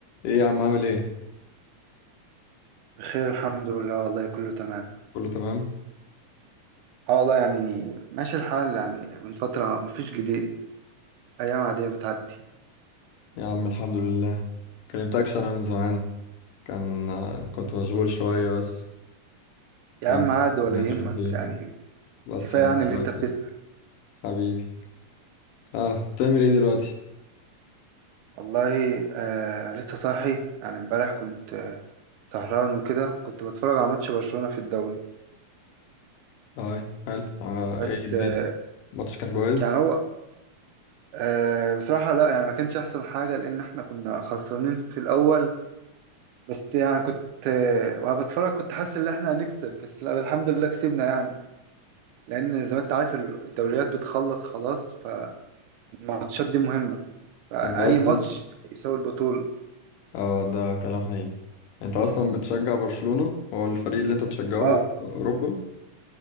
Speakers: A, on the left; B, on the right.
A: ايه يا عم عامل ايه
B: بخير الحمد لله والله كله تمام
A: كله تمام
B: اه والله يعني ماشي الحال يعني من فترة مفيش جديد أيام عادية بتعدي
A: يا عم الحمد لله كلمتكش انا من زمان كان كنت مشغول شوية بس
B: يا
A: كان
B: عم عاد ولا
A: مش
B: يهمك
A: عارف ايه
B: يعني
A: بس
B: كفاية
A: يعني
B: يعني
A: دلوقتي
B: اللي أنت بتسأل
A: حبيبي اه بتعمل ايه دلوقتي
B: والله آه لسه صاحي يعني امبارح كنت آه سهران وكده كنت بتفرج على ماتش برشلونة في الدوري
A: اه حلو آه
B: بس
A: ايه الدنيا
B: آه
A: الماتش كان كويس
B: يعني هو آه بصراحة لا يعني ما كانش أحسن حاجة لأن إحنا كنا خسرانين في الأول بس يعني كنت آه وأنا بتفرج كنت حاسس إن إحنا هنكسب بس لا الحمد لله كسبنا يعني لان زي ما انت عارف الدوريات بتخلص خلاص فالماتشات دي مهمه فاي
A: انت اصلا
B: ماتش يساوي البطوله
A: اه ده كلام حقيقي انت اصلا بتشجع برشلونة هو الفريق اللي انت بتشجعه
B: اه
A: في اوروبا